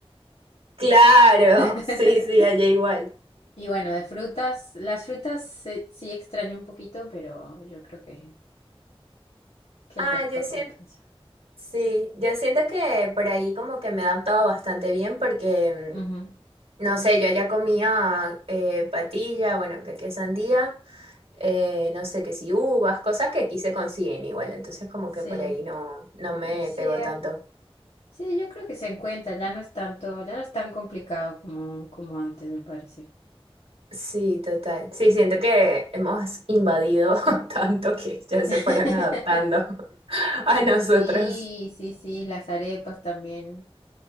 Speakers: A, on the right; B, on the left.
A: Claro,
B: <laughs>
A: <laughs> sí, sí, allá igual.
B: Y bueno, de frutas, las frutas sí, sí extraño un poquito, pero yo creo que, que
A: Ah,
B: el resto
A: yo siento
B: compensa.
A: Sí, yo siento que por ahí como que me he adaptado bastante bien porque,
B: Ujú.
A: mm, no sé, yo ya comía eh, patilla, bueno, que aquí es sandía, eh, no sé, que si uvas, cosas que aquí se consiguen igual, entonces como
B: Sí,
A: que por ahí no, no me
B: y sí,
A: pegó tanto.
B: Sí, yo creo que se encuentra, ya no es tanto, ya no es tan complicado como, como antes, me parece.
A: Sí, total. Sí, siento que hemos invadido <laughs> tanto que ya se
B: <laughs>
A: fueron adaptando <laughs> a nosotros.
B: Sí, sí, sí, las arepas también.